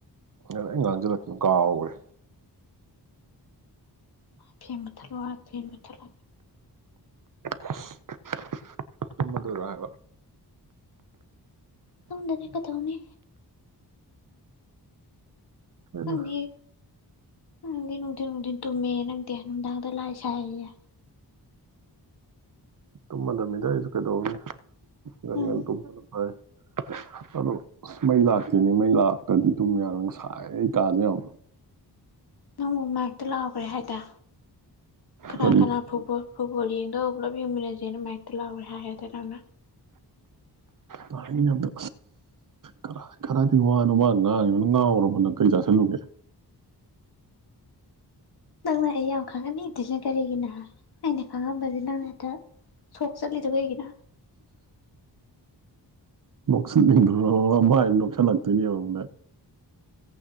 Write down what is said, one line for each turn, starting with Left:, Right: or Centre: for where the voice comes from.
Right: ꯑꯗꯨ ꯉꯥꯡꯁꯤꯜꯂꯛꯇꯝ ꯀꯥꯎꯈ꯭ꯔꯦ
Left: ꯐꯦꯟ ꯃꯨꯊꯠꯂꯣ ꯐꯦꯟ ꯃꯨꯊꯠꯂꯣ
Right: ꯑꯣ ꯇꯨꯝꯝꯕꯗꯔ ꯍꯥꯏꯕ
Left: ꯇ ꯍꯗꯗꯤ ꯀ ꯇ ꯍꯅꯤ
Right: ꯑꯩꯅ
Left: ꯑꯗꯤ ꯑꯤꯟ ꯎꯗꯤꯗꯤꯟꯗꯨꯃꯦꯦ ꯅ ꯗ ꯅꯨꯡꯗꯥꯡꯗ ꯂꯥꯛ ꯁꯥꯏꯌꯦꯦ
Right: ꯇꯨꯝꯃꯗꯃꯤꯗ ꯑꯩꯁꯨ ꯀꯩꯗꯧꯅꯤ ꯟꯒꯟ
Left: ꯅꯪ
Right: ꯇꯨꯝꯒꯅ ꯐꯥꯏ <unintelligible> ꯑꯗꯣ ꯑꯁ ꯃꯩ ꯂꯥꯛꯇꯦꯅꯦ ꯃꯩ ꯂꯥꯛꯇꯗꯤ ꯑꯗꯨꯝ ꯌꯥꯔꯣꯏ ꯁꯥꯏ ꯀꯥꯗ ꯌꯥꯎ
Left: ꯅꯪ ꯃꯦꯛꯇ ꯂꯥꯎꯈ꯭ꯔꯦ ꯍꯥꯏꯗ ꯀꯅꯥ
Right: ꯀꯔꯤ
Left: ꯀꯅꯥ ꯐꯥꯎꯕ ꯐꯨꯠꯕꯣꯜ ꯌꯦꯡꯗꯣ ꯄꯨꯂꯞ ꯌꯦꯡꯃꯤꯟꯅꯁꯦꯅ ꯃꯥꯥꯏꯛꯇ ꯂꯥꯎꯔꯦ ꯍꯥꯏꯗꯦ ꯅꯪꯅ
Right: ꯄꯅꯗ ꯀꯔꯥꯏ ꯀꯔꯏꯗꯒꯤ ꯋꯥꯅꯣ ꯃꯥ ꯉꯥꯡꯉꯤꯕꯅꯪ ꯉꯥꯎꯔꯝꯕ ꯅꯪ ꯀꯩ ꯆꯥꯁꯤꯜꯂꯨꯒꯦ
Left: ꯅꯪꯅ ꯑꯩ ꯌꯥꯝ ꯈꯪꯒꯅꯤ ꯑꯗꯨꯁꯤꯅ ꯀꯔꯤꯒꯤꯅꯍ ꯑꯩꯅ ꯈꯪꯉꯝꯁ ꯅꯪ ꯍꯦꯛꯇ ꯁꯣꯛ ꯆꯠꯂꯤꯗꯣ ꯀꯩꯒꯤꯅꯣ
Right: ꯃꯛꯁꯤꯅꯤꯡꯣꯃ ꯏꯣ ꯆꯂꯥꯛꯇꯅꯤ ꯋꯥꯅꯦ